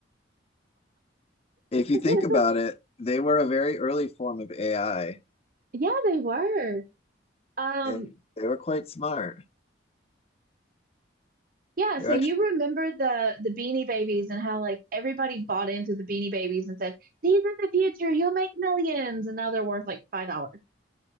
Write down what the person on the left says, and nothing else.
If you
think about it, they were a very early form of AI
and they were quite smart.
They're
actually,